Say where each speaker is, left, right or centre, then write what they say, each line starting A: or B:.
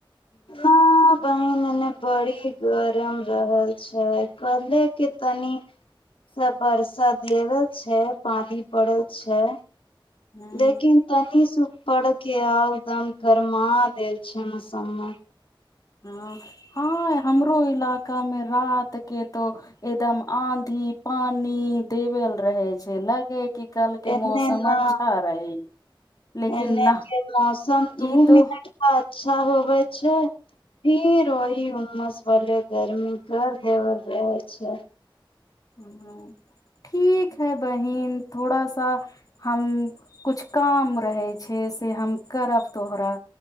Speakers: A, on the left; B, on the left.
A: ना बहिन एने बड़ी गरम रहल छै कले के तनी सब वर्षा दियेबै छै पानी पड़ैय छै
B: ह
A: लेकिन तनी सु पर के आउ दम फरमा देेय छै समान
B: ह हँ हमरो इलाका मे रात के तो एकदम आंधी पानि देबेल रहे छै लागे कि कल के
A: एने
B: मौसम
A: न
B: अच्छा रहै लेकिन
A: एने
B: ना
A: के मौसम दू
B: ई तो
A: मिनट का अच्छा होवे छै फिर ओहि उमस वाले गर्मी कर देवल रहे छै
B: ह ठीक है बहिन थोड़ा सा हम कछ काम रहै छै से हम करब तोहरा